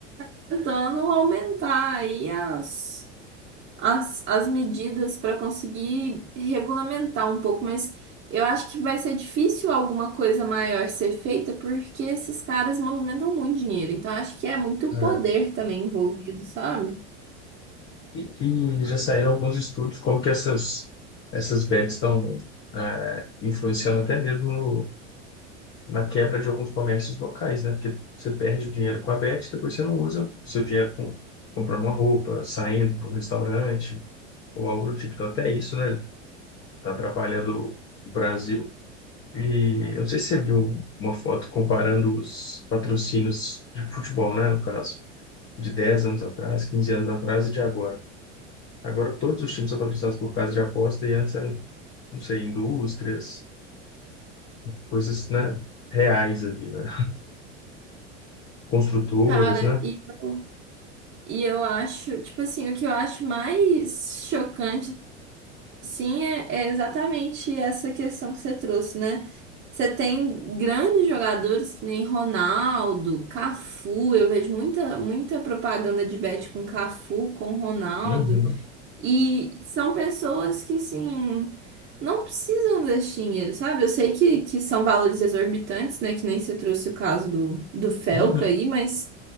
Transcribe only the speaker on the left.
É,
e, e já saíram alguns estudos como que essas, essas bets estão é, influenciando até mesmo na quebra de alguns comércios locais, né? Porque você perde o dinheiro com a Bet, depois você não usa o seu dinheiro com, comprando uma roupa, saindo para um restaurante ou algo do tipo. Então, até isso, né? Está atrapalhando o Brasil. E eu não sei se você viu uma foto comparando os patrocínios de futebol, né? No caso, de 10 anos atrás, 15 anos atrás e de agora. Agora, todos os times são patrocinados por casa de aposta e antes eram, não sei, indústrias, coisas, né? Reais ali, né? Construtoras,
né?
Uhum.
Uhum,